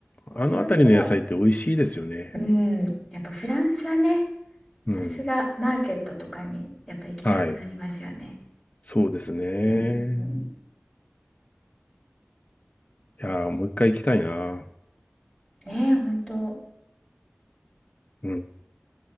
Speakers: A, on the left; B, in the centre.
A: あの辺りの野菜って美味しいですよね。
B: 良さそう。うん、やっぱフランスはね、
A: うん。
B: さすがマーケットとかにやっぱ行きたくなりますよね。
A: はい。そうですね。
B: うん、
A: いやー、もう一回行きたいな。
B: ねえ、本当。うん
A: うん。